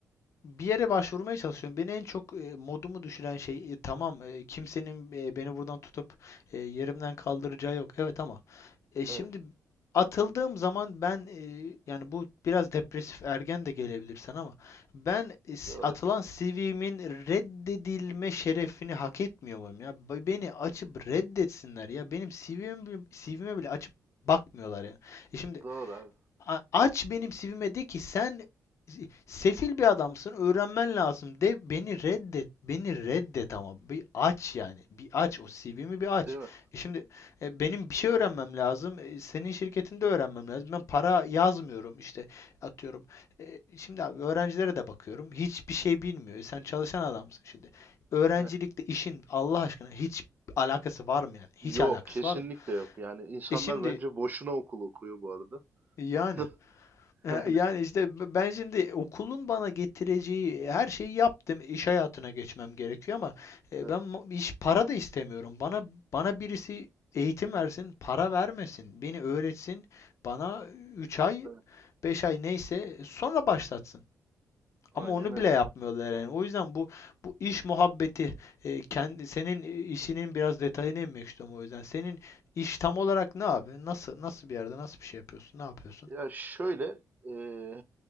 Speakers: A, on the left; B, on the right.
A: bir yere başvurmaya çalışıyorum. Beni en çok e, modumu düşüren şey e, tamam e, kimsenin e, beni buradan tutup e, yerimden kaldıracağı yok. Evet ama e, şimdi
B: Evet.
A: atıldığım zaman ben e, yani bu biraz depresif ergen de gelebilir sana ama ben e, s-
B: Yo,
A: atılan
B: estağfurullah.
A: CV'min reddedilme şerefini hak etmiyor muyum ya? Be- Beni açıp reddetsinler ya. Benim CV'm, bile- CV'me bile açıp bakmıyorlar ya. E şimdi
B: Doğru abi.
A: A- aç benim sivime de ki sen sefil bir adamsın, öğrenmen lazım de beni reddet. Beni reddet ama bir aç yani. Bir aç o CV'mi bir aç.
B: Değil mi?
A: E şimdi e, benim bir şey öğrenmem lazım. e, senin şirketinde öğrenmem lazım. Ben para yazmıyorum işte atıyorum. E, şimdi abi öğrencilere de bakıyorum. Hiçbir şey bilmiyor. E, sen çalışan adamsın şimdi. Öğrencilikle
B: Evet.
A: işin Allah aşkına hiç alakası var mı yani? Hiç
B: Yok.
A: alakası
B: Kesinlikle
A: var mı?
B: yok. Yani insanlar
A: E şimdi
B: bence boşuna okul okuyor bu arada.
A: yani
B: <laughs>
A: E,
B: Yani
A: Yani işte ben şimdi okulun bana getireceği her şeyi yaptım. İş hayatına geçmem gerekiyor ama e,
B: evet.
A: ben mo- iş para da istemiyorum. Bana bana birisi eğitim versin, para vermesin, beni öğretsin, bana 3 ay,
B: Evet.
A: 5 ay neyse sonra başlatsın.
B: Aynen
A: Ama onu
B: öyle.
A: bile yapmıyorlar yani. O yüzden bu bu iş muhabbeti e, kendi senin işinin biraz detayına inmek istiyorum o yüzden. Senin iş tam olarak ne abi? Nasıl nasıl bir yerde nasıl bir şey yapıyorsun? Ne yapıyorsun?
B: Ya şöyle. ee,